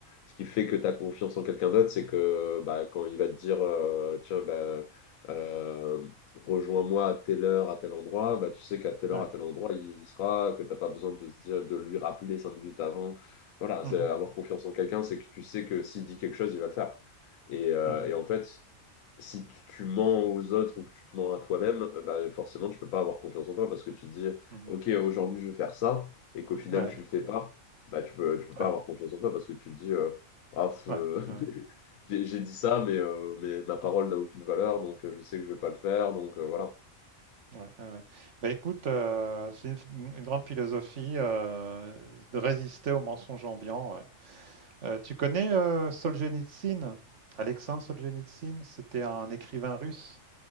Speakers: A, on the left; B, on the right.
A: ce qui fait que tu as confiance en quelqu'un d'autre, c'est que bah quand il va te dire euh, tiens bah euh, rejoins-moi à telle heure, à tel endroit, bah tu sais qu'à telle heure,
B: ouais.
A: à tel endroit, il y sera, que t'as pas besoin de se dire de lui rappeler cinq minutes avant. Voilà,
B: Mhm,
A: c'est avoir confiance en quelqu'un, c'est que tu sais que s'il dit quelque chose, il va le faire. Et, euh,
B: mhm,
A: et en fait, si tu tu mens aux autres ou que tu te mens à toi-même, euh, bah, forcément, tu peux pas avoir confiance en toi parce que tu te dis,
B: mhm.
A: OK, aujourd'hui, je vais faire ça, et qu'au final,
B: Ouais,
A: tu le fais pas, bah, tu peux, tu peux pas
B: ouais,
A: avoir confiance en toi parce que tu te dis, euh, Ah, f-
B: ouais,
A: euh, <laughs>
B: ouais,
A: j'ai j'ai dit ça, mais, euh, mais ma parole n'a aucune valeur, donc euh, je sais que je vais pas le faire, donc euh, voilà.
B: ouais, ouais, ouais. Bah écoute, euh, c'est une, une grande philosophie euh, de résister aux mensonges ambiants. ouais. Euh, tu connais euh, Solzhenitsyn? Alexandre Solzhenitsyn, c'était un écrivain russe